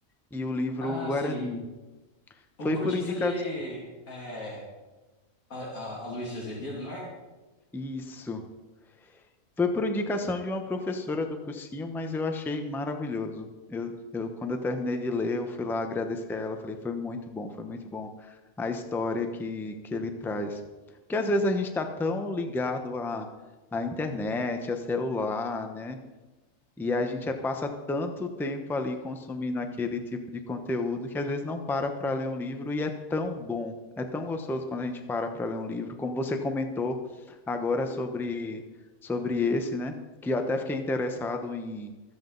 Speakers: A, in the centre; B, on the left.
A: e o livro
B: Ah,
A: O Guarani.
B: sei. O
A: Foi
B: cortiça
A: por indicação.
B: de é, a, a, a Luiz de Azevedo, não é?
A: Isso. Foi por indicação de uma professora do cursinho, mas eu achei maravilhoso. Eu, eu, quando eu terminei de ler, eu fui lá agradecer a ela, falei, foi muito bom, foi muito bom a história que, que ele traz. Porque às vezes a gente está tão ligado à, à internet, a celular, né? E a gente é- passa tanto tempo ali consumindo aquele tipo de conteúdo que às vezes não para para ler um livro e é tão bom, é tão gostoso quando a gente para para ler um livro. Como você comentou agora sobre, sobre esse, né? Que eu até fiquei interessado em,